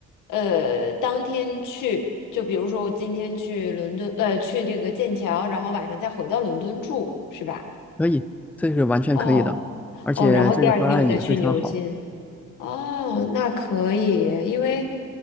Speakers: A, on the left; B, in the centre.
A: 呃，当天去，就比如说我今天去伦敦，呃，去这个剑桥，然后晚上再回到伦敦住，是吧？
B: 可以，这是完全可以的，
A: 哦
B: 而且这个方案也非常好。
A: 哦，然后第二天我再去牛津。哦，那可以，因为